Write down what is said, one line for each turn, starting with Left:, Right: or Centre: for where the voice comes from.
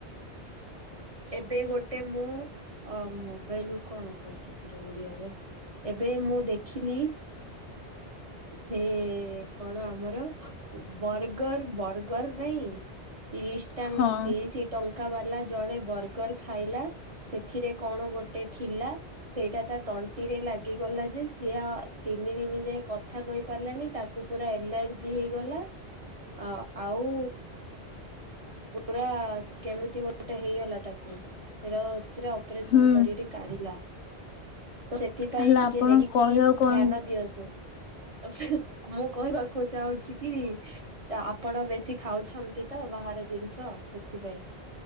Right: ଏବେ ଗୋଟେ ମୁଁ ଅଁ ମୋବାଇଲ ରୁ କଣ କହୁଚତିରେ ଓଡିଆରେ, ଏବେ ମୁଁ ଦେଖିଲି ଯେ କଣ ଆମର ବର୍ଗର ବର୍ଗର ନାଇଁ ତିରିଶଟା
Left: ହଁ
Right: ତିରିଶ ଟଙ୍କା ବାଲା ଜଣେ ବର୍ଗର ଖାଇଲା। ସେଥିରେ କଣ ଗୋଟେ ଥିଲା। ସେଇଟା ତା ତଣ୍ଟିରେ ଲାଗିଗଲା ଯେ ସିଆ ତିନି ଦିନ ଯାଏ କ କଥା କହି ପାରିଲାନି ତାକୁ ପୁରା ଏଲାର୍ଜି ହେଇଗଲା, ଆ ଆଉ ପୁରା କେମିତି ଗୋଟେ ହେଇଗଲା ତାକୁ ସେଟା ସେଟା ଅପରେସନ
Left: ହୁଁ
Right: କରିଲେ କାଢିଲା। ତ ସେଥିପାଇଁ
Left: ହେଲା
Right: ଟିକେ
Left: ଆପଣ
Right: ଦେଖିକି
Left: କହିବାକୁ କଣ
Right: ଧ୍ୟାନ ଦିଅନ୍ତୁ। ଆଛା ମୁଁ କହିବାକୁ ଚାହୁଁଛି କି? ତ ଆପଣ ବେଶୀ ଖାଉଛନ୍ତି ତ ବାହାର ଜିନିଷ ସେଥିପାଇଁ।